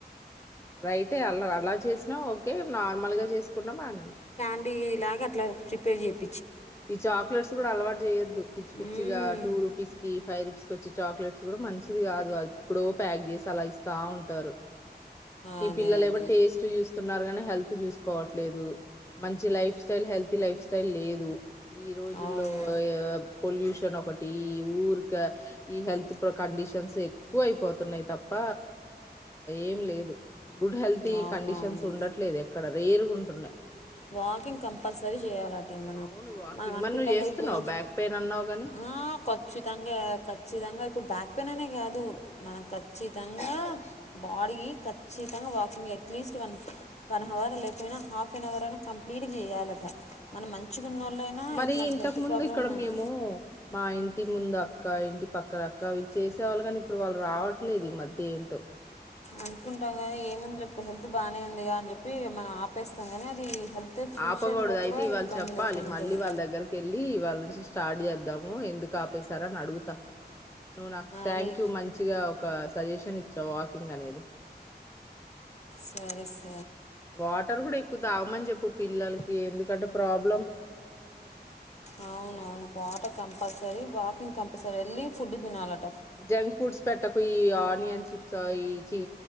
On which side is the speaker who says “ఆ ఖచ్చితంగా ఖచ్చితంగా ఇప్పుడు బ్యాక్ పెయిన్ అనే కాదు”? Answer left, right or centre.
Left